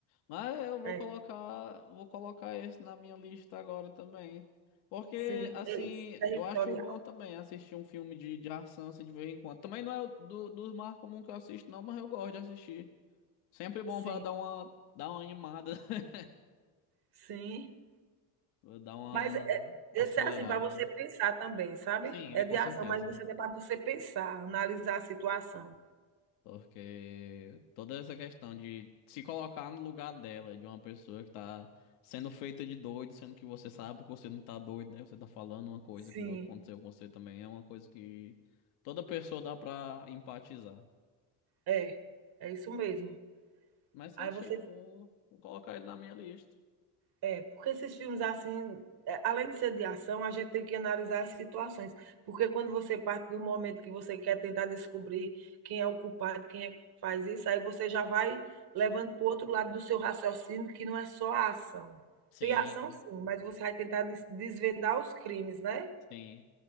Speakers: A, on the left (about 80°); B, on the right (about 55°).
A: Mas eu vou
B: É,
A: colocar, vou colocar esse na minha lista agora também. Porque,
B: sim,
A: assim,
B: ex-territorial.
A: eu acho bom também assistir um filme de, de ação assim, de vez em quando. Também não é o do, dos mais comuns que eu assisto, não, mas eu gosto de assistir. Sempre bom
B: Sim,
A: pra dar uma, dar uma animada, <laughs>
B: sim.
A: pra dar uma
B: Mas é,
A: acelerada.
B: esse é assim, para você pensar também, sabe?
A: Sim,
B: É
A: é com
B: de
A: certeza.
B: ação, mas você é para você pensar, analisar a situação.
A: Porque toda essa questão de se colocar no lugar dela, de uma pessoa que tá sendo feita de doido, sendo que você sabe que você não tá doido, né? Você tá falando uma coisa
B: Sim,
A: que aconteceu com você também, é uma coisa que toda pessoa dá pra empatizar.
B: é. É isso mesmo.
A: Mas certinho,
B: Aí você
A: eu vou, vou colocar ele na minha lista.
B: É, porque esses filmes assim, é, além de ser de ação, a gente tem que analisar as situações. Porque quando você parte do momento que você quer tentar descobrir quem é o culpado, quem é que faz isso, aí você já vai levando para o outro lado do seu raciocínio, que não é só a ação.
A: Sim.
B: Tem ação, sim, mas você vai tentar des- desvendar os crimes, né?
A: Sim.